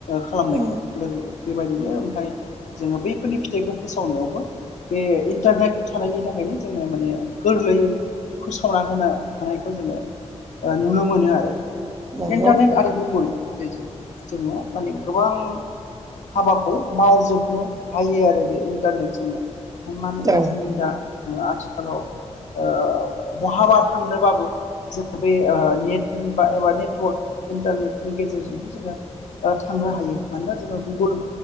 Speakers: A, on the left (about 80°); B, on the right (about 30°).
A: खालामनायखौ।
B: औ
A: लोगो बेबायदिनो ओमफ्राय जोङो बैफोरनि फिथाइखौ फोसावनायावबो बे इन्टारनेट थानायनि थाखायनो जोङो माने गोरलैयै फोसावना होनो हानायखौ जोङो नुनो मोनो आरो
B: नंगौ
A: इन्टारनेट आरो गुगोल बेजों जोङो माने गोबां हाबाखौ मावजोबनो हायो आरो बे इन्टारनेटजोंनो। हमनानै ला
B: औ
A: जोंनि दा आथिखालाव। ओ बहाबा थांनोबाबो जोङो बे नेटनि बा एबा ने। नेटवर्क इन्टारनेटनि गेजेरजोंनो जोङो थांनो हायो मानोना जोङो गुगोल